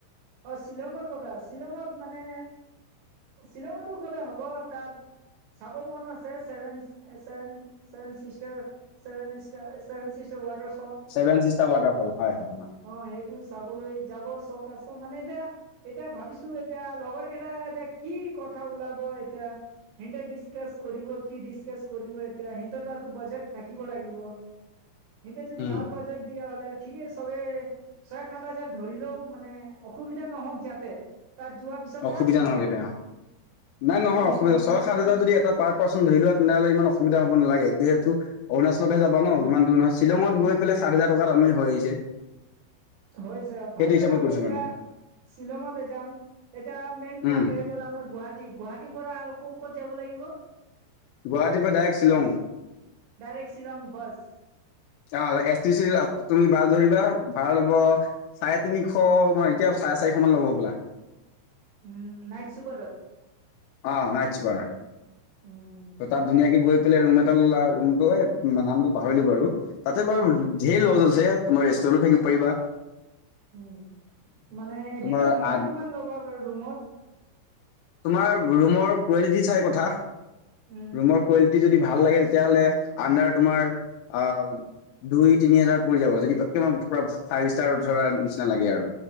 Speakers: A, on the right (about 80°); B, on the left (about 85°).
A: অ', শ্বিলংৰ কথা, শ্বিলংত মানে শ্বিলঙতো গ'লে হ'ব তাত চাব মন আছে, seven sister, seven seven sister. Seven sister, seven sister water
B: seven sister waterfall হয়, হয়।
A: অ', সেইটো চাবলৈ যাব চখ আছে মানে, এতিয়া এতিয়া ভাবিছো, এতিয়া লগৰ কেইটা এতিয়া কি কথা ওলাব এতিয়া। সিহঁতে ডিচকাচ কৰিব কি ডিচকাচ কৰিব এতিয়া সিহঁতৰ তাতো বাজেট থাকিব লাগিব। সিহঁতে যদি
B: উম,
A: ভাল বাজেট দিয়ে হ'লে ঠিকেই চবে ছয় সাত হেজাৰ ধৰিলেও মানে অসুবিধা নহওক যাতে তাত যোৱা পিছত
B: অসুবিধা
A: কাক খুজিম
B: নহয় তেতিয়া নাই নহয়
A: চিনি
B: অসুবিধা
A: তিনি
B: ছয়
A: নাপাও
B: সাত হাজাৰ যদি এটা পাৰ পাৰ্চন ধৰি লোৱা তেনেহ'লে ইমান অসুবিধা হ'ব নালাগে, যিহেতু অৰুণাচলতহে যাব ন'
A: উম
B: ইমান দূৰ নহয়, শ্বিলঙত
A: উম
B: গৈ পেলাই সাত হাজাৰ টকাত আমি হৈ আহিছে।
A: হৈছে
B: সেইটো
A: ভাবি
B: হিচাপত
A: লওক আমি
B: কৈছো
A: এতিয়া
B: মানে
A: শ্বিলঙতে যাম এটা মেইন
B: উম
A: পইণ্ট হৈ গ'ল আমাৰ গুৱাহাটী। গুৱাহাটীৰ পৰা আৰু ক'ত যাব লাগিব?
B: গুৱাহাটীৰ পৰা direct Shillong.
A: Direct Shillong bus.
B: অ', এছ টি চি তুমি বাছ ধৰিবা, ভাড়া ল'ব চাৰে তিনিশ মান এতিয়া চাৰে চাৰিশ মান ল'ব হ'বলা?
A: উম, নাইট চুপাৰত?
B: অ', নাইট চুপাৰ।
A: উম
B: তাত ধুনীয়াকে গৈ পেলাই ৰুম এটা ল'লা ৰুমটো এই নামটো পাহৰিলো বাৰু তাতে বাৰু ধেৰ ল'জ আছে, তোমাৰ ৰেষ্টুৰেণ্টো থাকিব পাৰিবা।
A: উম, মানে এদিনৰ
B: তোমাৰ
A: ভাড়া
B: আ
A: কিমান ল'ব বাৰু ৰুমৰ?
B: তোমাৰ ৰুমৰ কোৱালিটি চাই কথা,
A: উম
B: ৰুমৰ কোৱালিটি যদি ভাল লাগে তেতিয়াহ'লে আডাৰ তোমাৰ আহ দুই তিনি হাজাৰ পৰি যাব যদি পুৰা ফাইভ ষ্টাৰ ধৰা নিচিনা লাগে আৰু।